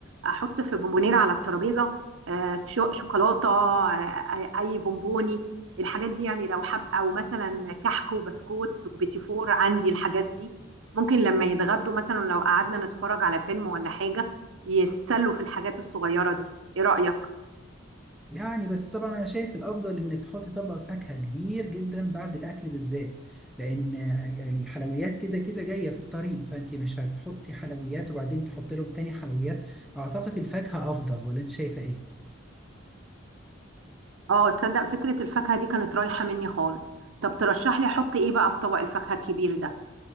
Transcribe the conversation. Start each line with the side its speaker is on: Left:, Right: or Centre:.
Right: احط في بونبونيره على الترابيزه آه شو- شوكولاته آه اي اي بونبوني الحاجات دي يعني لو حب او مثلا كحك وبسكوت وبيتي فور عندي الحاجات دي ممكن لما يتغدوا مثلا لو قعدنا نتفرج على فيلم ولا حاجه يتسلوا في الحاجات الصغيره دي ايه رايك
Centre: يعني بس طبعا انا شايف الافضل انك تحط طبق فاكهه كبير جدا بعد الاكل بالذات لان الحلويات كده كده جايه في الطريق فانت مش هتحطي حلويات وبعدين تحطي لهم تاني حلويات اعتقد الفاكهه افضل ولا انت شايفه ايه
Right: اه تصدق فكره الفاكهه دي كانت رايحه مني خالص طب ترشح لي احط ايه بقى في طبق الفاكهه الكبير ده